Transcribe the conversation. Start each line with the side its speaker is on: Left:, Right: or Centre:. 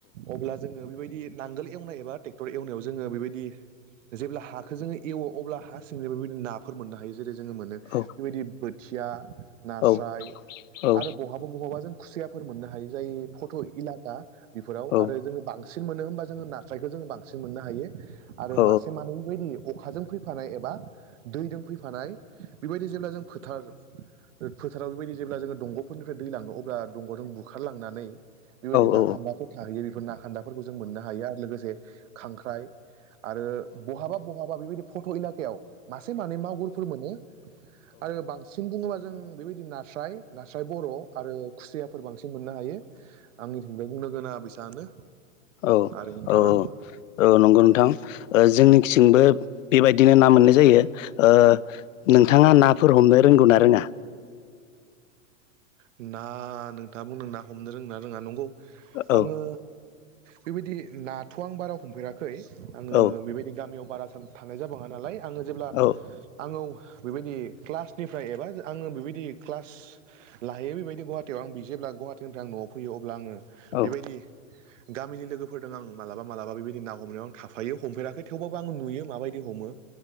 Right: अब्ला जोङं बेबायदि नांगोल एवनाय एबा ट्रेक्टर एवनायाव जोङो बेबायदि जेब्ला हाखौ जोङो एवो अब्ला हा सिंजों बेबायदि नाफोर मोननो हायो जेरै जोङो मोनो
Left: औ
Right: बेबायदि बोथिया। नास्राय
Left: औ औ
Right: आरो बहाबा बहाबा जों खुसियाफोर मोननो हायो। हायो जाय फट' इदि लाबा बेफोराव
Left: औ
Right: आरो जोङो बांस सिन मोनो होनबा जोङो नास्रायखो जोङो बांसिन मोननो हायो आरो
Left: औ
Right: मासे मानै बेबायदि अखाजों फैफ फानाय एबा दैदों फैफानाय बेबायदि जेब्ला जों फोथार ओ फोथाराव बेबायदि जेब्ला जोङो दंग'फोरनिफ्राय दैलाङो अब्ला दंग'जों बुखारलांनानै बेबायदि
Left: औ
Right: ना खान्दाफोर थाहैयो बेफोर ना खान्दाफोरखौ जों मोननो हायो आरो लोगोसे खांख्राइ। आरो बहाबा बहाबा बेबायदि फट' एलाकायाव। मासे मानै मागुरफोर मोनो आरो बांसिन बुङोबा जों बेबायदि नास्राय। नास्राय बर' आरो घुसियाफोर बांसिन मोननो हायो आंनि थिंजाय बुंनो गोनाङा बेसांआनो।
Left: औ
Right: आरो नोंथाङा
Left: औ औ औ नंगौ नोंथां। ओ जोंनिखिंबो बेबायदिनो ना मोननाय जायो ओ नोंथाङा नाफोर हमनो रों रोंगौ ना रोङा?
Right: ना नोंथाङा बुंनो ना हमनो रोंना रोङा नंगौ
Left: औ
Right: आङो बेबायदि नाथ' आं बारा हमफेराखै आङो
Left: औ
Right: बेबायदि गामियाव बारा सान थांनाय जाबाङा नालाय। आङो जेब्ला
Left: औ
Right: आङो उख बेबायदि क्लासनिफ्राय एबा जा आङो बेबायदि क्लास लाहैयो बेबायदि गुवाहाटियाव आं बि जेब्ला गुवाहाटिनिफ्राय आं न'आव फैयो अब्ला आङो
Left: औ
Right: बेबायदि गामिनि लोगोफोरदों आं मालाबा मालाबा बेबायदि ना हमनायाव आं थाफायो हमफेराखै थेवबाबो आं नुयो माबायदि हमो।